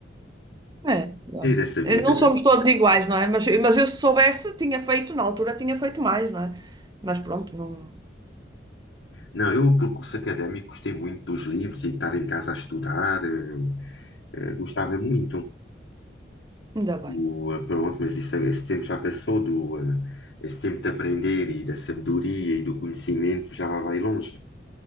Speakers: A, on the right; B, on the left.
A: É, claro.
B: E dessa
A: Eh,
B: vida.
A: Não somos todos iguais, não é? Mas, mas eu se soubesse, tinha feito, na altura tinha feito mais, não é? Mas pronto, não,
B: Não, eu, por curso académico, gostei muito dos livros e de estar em casa a estudar, eh, eh, gostava muito.
A: ainda bem.
B: O, eh, pronto, mas isso, esse tempo já passou, do, eh, esse tempo de aprender e da sabedoria e do conhecimento já lá vai longe.